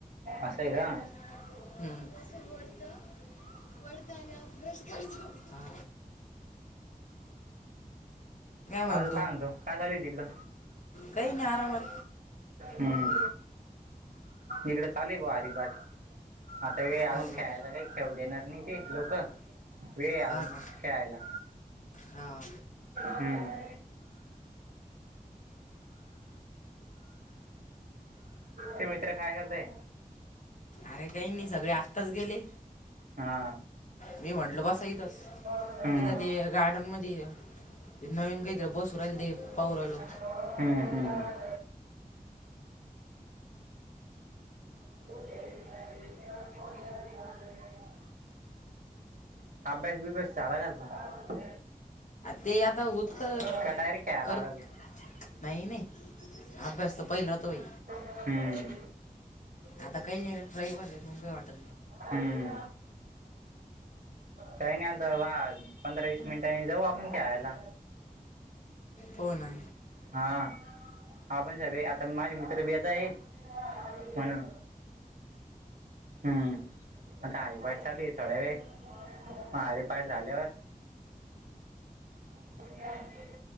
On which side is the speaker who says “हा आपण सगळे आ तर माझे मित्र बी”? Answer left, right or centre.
Right